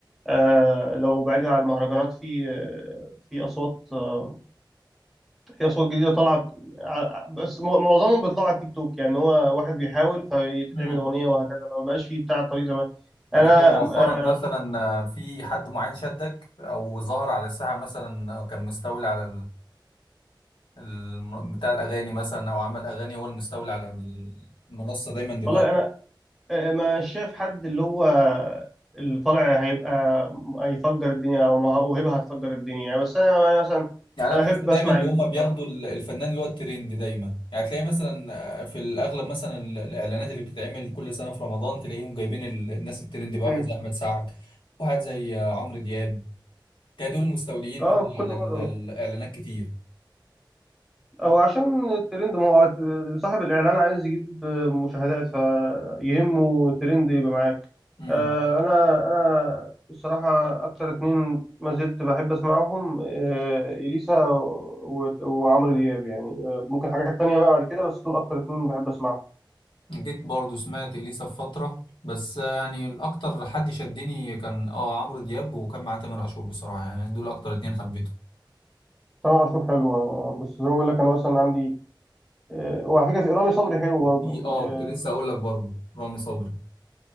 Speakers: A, in the centre; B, on the left.
A: آه، لو بعيد عن المهرجانات في آه، في أصوات آه، في أصوات جديدة طلعت ع- بس مو- معظمهم بيطلعوا على التيك توك يعني هو واحد بيحاول فيتعمل
B: امم
A: أغنية وهكذا ما بقاش فيه بتاع الطريق زمان
B: طب
A: أنا
B: انت مؤخرا
A: آه،
B: مثلا آه، في حد معين شدك او ظهر على الساحه مثلا أو كان مستولي على الم- بتاع الاغاني مثلا او عمل اغاني هو المستولي على المنصه دايما دلوقتي
A: والله أنا آه، ما شاف حد اللي هو اللي طالع هيبقى هيفجر الدنيا او مه- موهبه هتفجر الدنيا يعني بس انا أنا مثلا
B: يعني
A: انا
B: انا
A: احب
B: بحس دايما
A: اسمع
B: ان
A: إليسا
B: هم بياخدوا
A: بصراحه
B: ال- الفنان اللي هو الترند دايما يعني تلاقي مثلا في الاغلب مثلا ال- الاعلانات اللي بتتعمل كل سنه في رمضان تلاقيهم جايبين ال- الناس الترند بقى
A: مم.
B: واحد زي احمد سعد واحد زي عمرو دياب تلاقي دول المستولين
A: اه كل
B: على
A: مره
B: ال- الاعلانات كتير
A: او عشان الترند ما هو صاحب الاعلان عايز يجيب مشاهدات فيهمه الترند يبقى معاه
B: امم
A: آه، انا انا الصراحه اكتر اتنين ما زلت بحب اسمعهم آه، اليسا و- وعمرو دياب يعني آه، ممكن حاجات تانية بقى بعد كده بس دول اكتر اتنين بحب اسمعهم
B: جيت برضو سمعت اليسا في فتره بس آه، يعني الاكتر حد شدني كان اه عمرو دياب وكان مع تامر عاشور بصراحه يعني دول اكتر اتنين حبيتهم
A: تامر عاشور حلوة بس زي ما بقول لك أنا مثلا عندي آه، وعلى فكرة في رامي صبري حلو برضه
B: في اه
A: يعني
B: كنت لسه
A: آه،
B: اقول لك برضه رامي صبري